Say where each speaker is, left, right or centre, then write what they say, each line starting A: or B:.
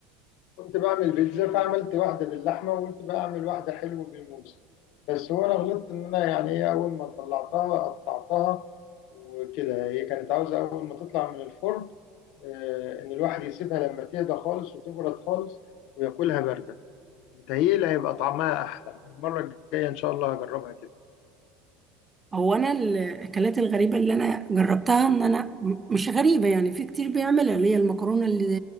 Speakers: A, on the left (about 65°); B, on the right (about 15°).
A: كنت بعمل بيتزا فعملت واحدة باللحمة وقلت بقى أعمل واحدة حلوة بالموز بس هو أنا غلطت إن أنا يعني إيه أول ما طلعتها قطعتها وكده هي كانت عاوزة أول ما تطلع من الفرن آه، إن الواحد يسيبها لما تهدى خالص وتبرد خالص وياكلها باردة متهيألي هيبقى طعمها أحلى المرة الجاية إن شاء الله هجربها كده
B: هو انا الاكلات الغريبه اللي انا جربتها ان انا م- مش غريبه يعني في كتير بيعملها اللي هي المكرونه ال-